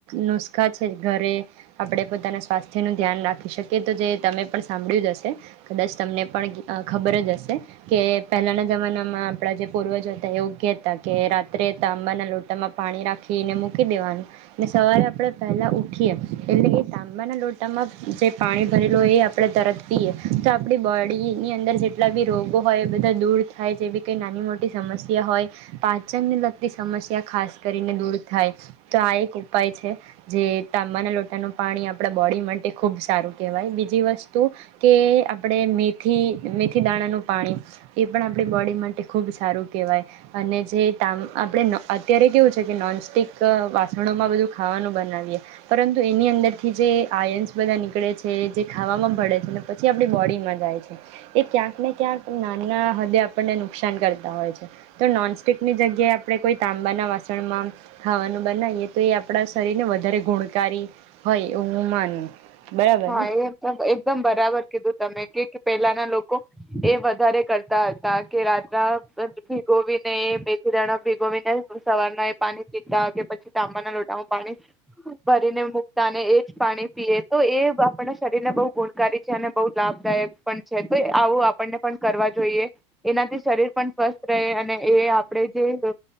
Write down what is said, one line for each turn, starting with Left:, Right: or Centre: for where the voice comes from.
Right: નુસ્ખા છે ઘરે આપણે પોતાના સ્વાસ્થ્યનું ધ્યાન રાખી શકીએ તો જે તમે પણ સાંભળ્યું જ હશે કદાચ તમને પણ ખબર જ હશે કે પહેલાના જમાનામાં આપણા જે પૂર્વજો હતા એવગ્ય કે રાત્રે તાંબાના લોટામાં પાણી રાખીને મૂકી દેવાનું ને સવારે આપણે પહેલાં ઉઊઠીએ એટલે કે તાંબાના લોટામાં જે પાણી ભરેલું હોય એ આપણે તરત પીએ તો આપણી બોડીની અંદર જેટલા બી રોગો હોય એ બધા દૂર થાય જેવીી કંઈ નાની મોટી સમસ્યા હોય. પાંચ. વચનને લગતી સમસ્યા ખાસ કરીને દૂર. થાય તો આ એક ઉપાય છે જે તાંબાના લોટાનું પાણી આપણા બોડી માટે ખૂબ સારું કહેવાય બીજ બ વસ્તુ કે આપણે મેથી મેથી દાણાનું પાણી એ પણ આપણી બોડી માટે ખૂબ સારું કહેવાય અને. જે તામ આપણે અત્યારે કેવું છે કે નોનસ્ટિક વાસણોમાં બધું ખાવાનું બનાવીએ પરંતુ એની અંદરથી જે આયન્સ બધા નીકળે છે જે ખાવામાં ભળે છે ને પછી આપણી બોડીમાં જાય છે એ ક્યાંક ને ક્યાંક નાના હદે આપણને નુકસાન કરતા હોય છે તો નોનસ્ટિક ની જગ્યાએ આપણે કોઈ તાંબાના વાસણમાં ખાવાનું બનાવીએ તો એ આપણા શરીરને વધારે ગુણકારી હોય એવું હું માનું. બરાબર
Centre: હા
Right: ને
Centre: એ એકદમ બરાબર કીધું તમે કે પહેલાના લોકો એ વધારે કરતા હતા કે રાત્રના ભીગોવીને મેથી દણા ભીગોવીને સવારના એ પાણી પીતા કે પછી તાંબાના લોટામાં પાણી ભરીને મૂકતા અનેને એ જ પાણી પીએ તો એ. આપ શરીરને બહુ ગુણકારી છે અને બહુ લાભદાયક પણ છે તો આવું આપણને પણ કરવા જોઈએ એનાથી શરીર પણ સ્વસ્થ રહે અને એ આપણે જે